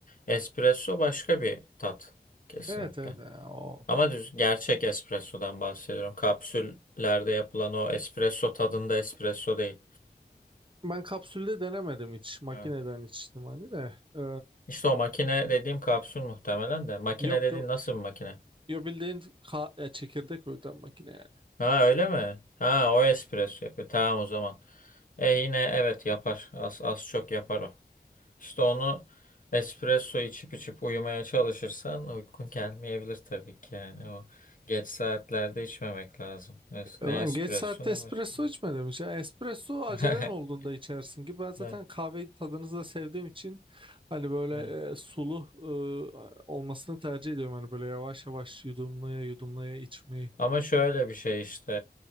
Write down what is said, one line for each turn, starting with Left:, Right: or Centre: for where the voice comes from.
Left: Espresso başka bir tat kesinlikle.
Right: evet evet e, o.
Left: Ama düz gerçek espressodan bahsediyorum. Kapsüllerde yapılan o espresso tadında espresso değil.
Right: Ben kapsülde denemedim hiç. Makineden
Left: Evet.
Right: içtim hani de. Ee,
Left: İşte o makine dediğim kapsül muhtemelen de. Makine
Right: yok
Left: dediğin
Right: yok.
Left: nasıl bir makine?
Right: Yo bildiğin ka- e, çekirdek öğüten makine yani.
Left: Ha öyle mi? Ha o espresso yapıyor. Tamam o zaman. E yine evet yapar. Az, az çok yapar o. İşte onu espresso içip içip uyumaya çalışırsan uykun gelmeyebilir tabii ki yani. O geç saatlerde içmemek lazım. Es-
Right: E,
Left: Ne
Right: Ben
Left: espresso
Right: geç saatte
Left: ne
Right: espresso
Left: başka.
Right: içmedim hiç. Yani espresso acelen
Left: <laughs>
Right: olduğunda içersin ki. Ben zaten
Left: Evet,
Right: kahveyi tadınızı da sevdiğim için hani böyle
Left: evet.
Right: e, sulu e, olmasını tercih ediyorum. Hani böyle yavaş yavaş yudumlaya yudumlaya içmeyi.
Left: Ama şöyle bir şey işte